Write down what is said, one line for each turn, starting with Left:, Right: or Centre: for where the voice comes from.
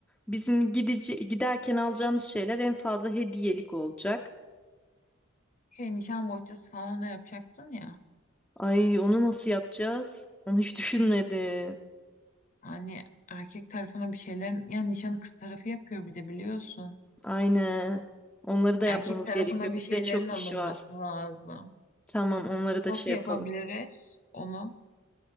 Centre: Bizim gidici, giderken alacağımız şeyler en fazla hediyelik olacak.
Left: şey nişan bohçası falan da yapacaksın ya.
Centre: Ay onu nasıl yapacağız? Onu hiç <laughs> düşünmedim.
Left: Hani erkek tarafına bir şeylerin yani nişanı kız tarafı yapıyor bir de biliyorsun.
Centre: Aynen. Onları da yapmamız
Left: Erkek tarafına
Centre: gerekiyor.
Left: bir
Centre: Bizde
Left: şeylerin
Centre: çok
Left: alınması
Centre: iş var.
Left: lazım.
Centre: Tamam onları da
Left: Nasıl
Centre: şey yapalım.
Left: yapabiliriz onu?